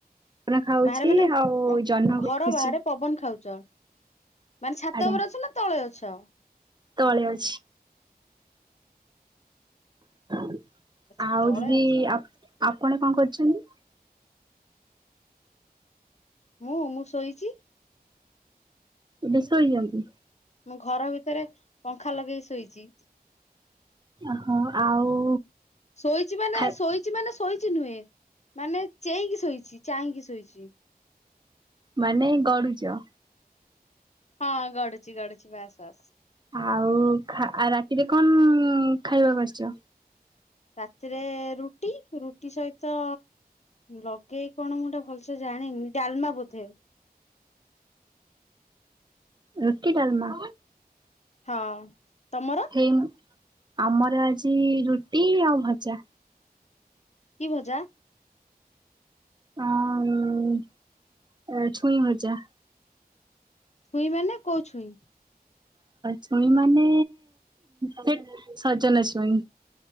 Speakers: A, on the right; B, on the left.
A: ଖାଉଛି
B: ବାହାରେ ମାନେ
A: ଆଉ
B: ଓହୋ
A: ଜହ୍ନ
B: ଘର
A: ଦେଖୁଛି
B: ବାହାରେ ପବନ ଖାଉ ଚ ମାନେ ଛାତ
A: ଆଜ୍ଞା
B: ଉପରେ ଅଛ ନା ତଳେ ଅଛ?
A: ତଳେ ଅଛି। <inaudible>
B: ଆଚ୍ଛା
A: ଆଉରି
B: ତଳେ ଅଛ
A: ଆପ ଆପ ଆପଣ କଣ କରିଚନ୍ତି?
B: ମୁଁ ମୁଁ ଶୋଇଚି।
A: ଏବେ ଶୋଇଚନ୍ତି?
B: ମୁଁ ଘର ଭିତରେ ପଙ୍ଖା ଲଗେଇ ଶୋଇଚ।
A: ଓହଁ ଆଉ
B: ଶୋଇଚି ମାନେ
A: ଖାଇ
B: ଶୋଇଚି ମାନେ ଶୋଇଚି ନୁହେଁ ମାନେ ଚେଇଁକି ଶୋଇଚି। ଚାହିଁକି ଶୋଇଚି।
A: ମାନେ ଗଢୁଚ।
B: ହଁ ଗଡୁଚି ଗଡୁଚି ବାସ୍ ବାସ୍।
A: ଆଉ ଖା ଆ ରା ଏତେ କଣ ଖାଇବାକୁ ଆସିଚ?
B: ରାତିରେ ରୁଟି ରୁଟି ସହିତ ଲଗେଇ କଣ ମୁଁ ଏଟା ଭଲସେ ଜାଣିନି ଡାଲମା ବୋଧେ।
A: ରୁଟି ଡାଲମା।
B: ହଁ। ତମର?
A: ହେଇ ଆମର ଆଜି ରୁଟି ଆଉ ଭଜା।
B: କି ଭଜା?
A: ଉଁ ଛୁଇଁ ଭଜା ।
B: ଛୁଇଁ ମାନେ କୋଉ ଛୁଇଁ?
A: ଛୁଇଁ ମାନେ ସେ ସଜନା ଛୁଇଁ।